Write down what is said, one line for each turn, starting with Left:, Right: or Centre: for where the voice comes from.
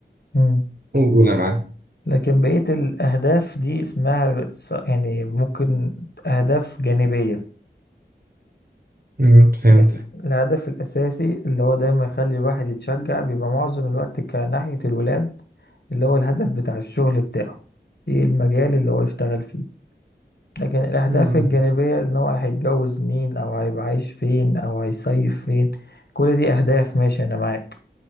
Left: مم.
Right: وقول انا معاك
Left: لكن بقية الأهداف دي اسمها س- يعني ممكن أهداف جانبية
Right: أمم، فهمت
Left: لكن الهدف الأساسي اللي هو دايما يخلي الواحد يتشجع بيبقى معظم الوقت كناحية الولاد اللي هو الهدف بتاع الشغل بتاعه ايه المجال اللي هو يشتغل فيه لكن الأهداف
Right: أمم،
Left: الجانبية إن هو هيتجوز مين أو هيبقى عايش فين أو هيصيف فين كل دي أهداف ماشي أنا معاك